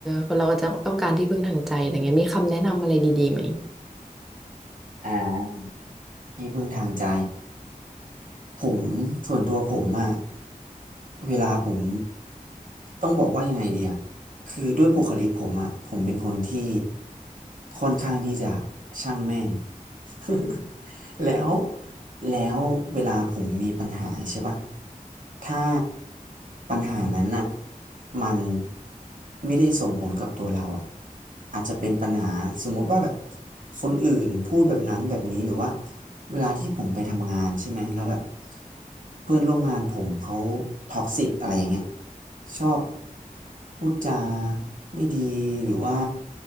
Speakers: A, in the centre; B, on the right.
A: คนเราก็จะต้องการที่พึ่งทางใจอะไรเงี้ยมีคำแนะนำอะไรดีๆไหม
B: อ่าที่พึ่งทางใจ ผมส่วนตัวผมอะเวลาผมต้องบอกว่ายังไงดีอะคือด้วยบุคลิกผมอะผมเป็นคนที่ค่อนข้างที่จะช่างแม่ง <laughs> แล้วแล้วเวลาผมมีปัญหาใช่ป่ะถ้าปัญหานั้นน่ะมันไม่ได้ส่งผลกับตัวเราอะอาจจะเป็นปัญหาสมมุติว่าแบบคนอื่นพูดแบบนั้นแบบนี้หรือว่า เวลาที่ผมไปทำงานใช่ไหมแล้วแบบเพื่อนร่วมงานผมเขาท็อกซิกอะไรอย่างเงี้ยชอบพูดจาไม่ดีหรือว่า